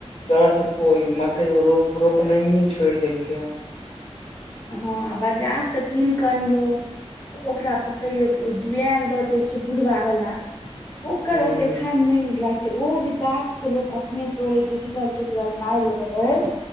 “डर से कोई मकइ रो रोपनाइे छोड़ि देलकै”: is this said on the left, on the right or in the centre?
Left